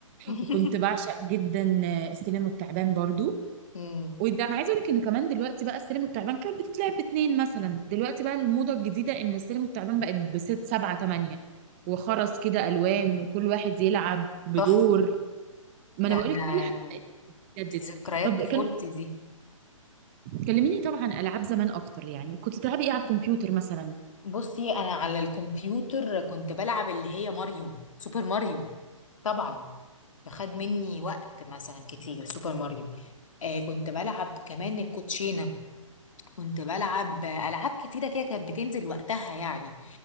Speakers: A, on the left (about 70°); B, on the right (about 20°).
A: <laughs>
B: وكنت بعشق جدا آه، السلم والتعبان برضو
A: امم
B: وده انا عايزه اقول لك ان كمان دلوقتي بقى السلم التعبان كانت بتتلعب باتنين مثلا دلوقتي بقى الموضه الجديده ان السلم التعبان بقت بست سبعه تمانيه وخرز كده الوان وكل واحد يلعب بدور
A: تحفه
B: ما
A: لا
B: انا بقول
A: انا
B: لك كل حاجه جدد
A: دي ذكريات
B: طب
A: طفولتي
B: كلم-
A: دي
B: كلميني طبعا عن العاب زمان اكتر يعني كنت تلعبي ايه على الكمبيوتر مثلا
A: بصي انا على الكمبيوتر كنت بلعب اللي هي ماريو سوبر ماريو طبعا فخد مني وقت مثلا كتير سوبر ماريو آه كنت بلعب كمان الكوتشينه كنت بلعب ألعاب كتيرة كده كانت بتنزل وقتها يعني